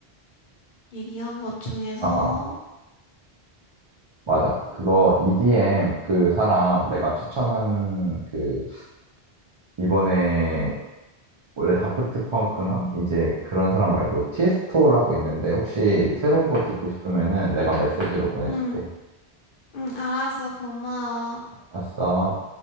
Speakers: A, on the left; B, on the right.
A: 얘기한 것 중에서.
B: 아, 아, 맞아. 그거 EDM 그 사람
A: 응,
B: 내가 추천한 그 이번에 원래 다프트 펑크나 이제 그런 사람 말고 티에스토라고 있는데 혹시 새로운 거 듣고 싶으면은 내가 메시지로 보내줄게.
A: 응, 응, 알았어. 고마워.
B: 알았어.